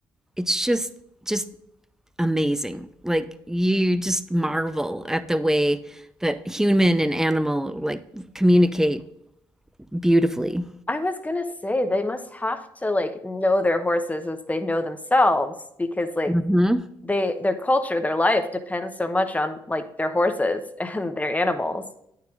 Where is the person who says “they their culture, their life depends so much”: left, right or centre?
Left